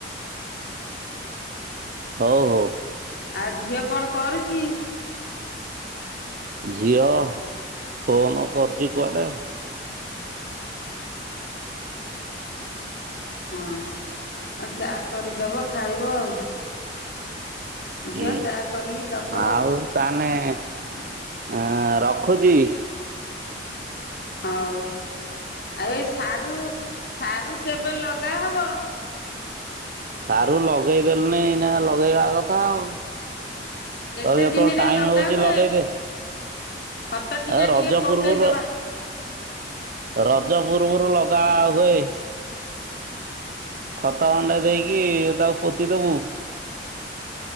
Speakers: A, on the right; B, on the left.
A: ହଉ ହଉ।
B: ଆଉ ଝିଅ କଣ କରୁଚି?
A: ଝିଅ ଫୋନ କରୁଚି କୁଆଡେ।
B: ହଁ ଆଉ ଚା କରିଦବ ଖାଇବ ଆଉ। ଝିଅ
A: ହୁଁ
B: ଚା କରିକି ଦବ
A: ଆଉ ତାହେନେ ଅ ରଖୁଚି।
B: ହଉ ଆଉ ଏ ସାରୁ
A: ହୁ।
B: ସାରୁ କେବେ ଲଗାହବ?
A: ସାରୁ ଲଗେଇଦେଲୁନି ଏଇ ନା ଲଗେଇବା କଥା ଆଉ।
B: କେତେ
A: ତ ଯେତେବେଳେ
B: ଦିନରେ
A: ଟାଇମ
B: ଲଗା
A: ହୋଉଚି
B: ହୁଏ
A: ଲଗେଇଦେ,
B: ଖତ ଟିକେ
A: ଆ ରଜପୂର୍ବରୁ
B: ଟିକେ ପକେଇଦବା
A: ରଜ ପୂର୍ବରୁ ଲଗା ହୋଉଚି। ଖତ ଅଣ୍ଡା ଦେଇକି ତାକୁ ପୋତିଦବୁ।